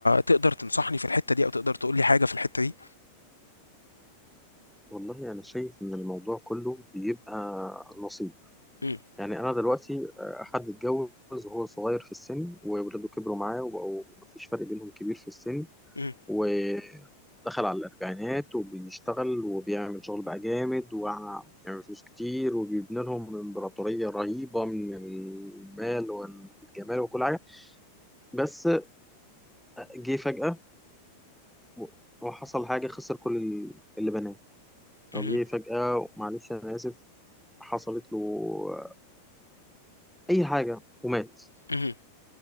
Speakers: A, on the left (about 80°); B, in the centre.
A: تقدر تنصحني في الحتة دي او تقدر تقول لي حاجة في الحتة دي؟
B: والله انا شايف ان الموضوع كله بيبقى نصيب
A: مم.
B: يعني انا دلوقتي آه، حد اتجوز وهو صغير في السن وولاده كبروا معاه وبقوا مفيش فرق بينهم كبير في السن
A: مم.
B: ودخل على الاربعينات وبيشتغل وبيعمل شغل بقى جامد ويعمل فلوس كتير وبيبني لهم امبراطورية رهيبة من المال والجمال وكل حاجة بس آه، جه فجأة و- وحصل حاجة خسر كل اللي بناه
A: مم.
B: أو جه فجأة معلش أنا آسف حصلت له آه، أي حاجة ومات
A: مم.